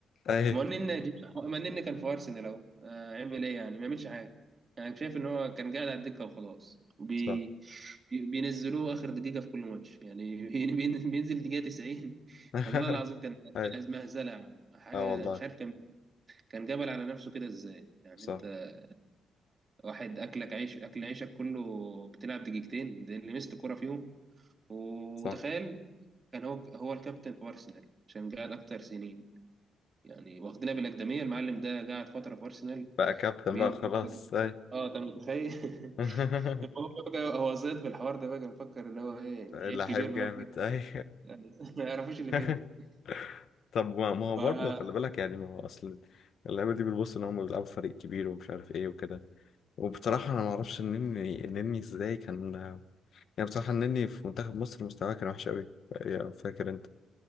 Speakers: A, on the left (about 60°); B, on the right (about 35°).
A: اي
B: ما هو النني دي- ما النني كان في ارسنال اهو آه، عمل ايه يعني ما يعملش حاجه انا شايف ان هو كان قاعد على الدكه وخلاص بي...
A: صح
B: بي... بينزلوه اخر دقيقه في كل ماتش يعني <laughs> بين- بين- بينزل دقيقه 90
A: <laughs>
B: والله العظيم كان
A: اي
B: كان مهزله يا عم. حاجه
A: اه والله
B: مش عارف كان كان جبل على نفسه كده ازاي يعني
A: صح
B: انت واحد اكلك عيش اكل عيشك كله بتلعب دقيقتين ده اللي مسك كرة فيهم وتخيل
A: صح
B: كان هو هو الكابتن في ارسنال عشان قاعد اكتر سنين يعني واخدنا بالاكاديميه المعلم ده قاعد فتره في ارسنال
A: بقى كابتن
B: بين
A: بقى خلاص اي
B: اه انت متخيل <laughs>
A: <laughs>
B: المهم بقى هو زاد بالحوار ده بقى مفكر ان هو ايه لعيب
A: لعيب
B: كبير بقى
A: جامد
B: وكده
A: اي
B: <laughs> ما يعرفوش اللي
A: <laughs>
B: فيه
A: طب ما ما هو
B: ف اه
A: برضه خلي بالك يعني ما هو اصل اللعيبه دي بتبص ان هم بيلعبوا في فريق كبير ومش عارف ايه وكده وبصراحه انا ما اعرفش النني النني ازاي كان يعني بصراحه النني في منتخب مصر مستواه كان وحش قوي فاكر انت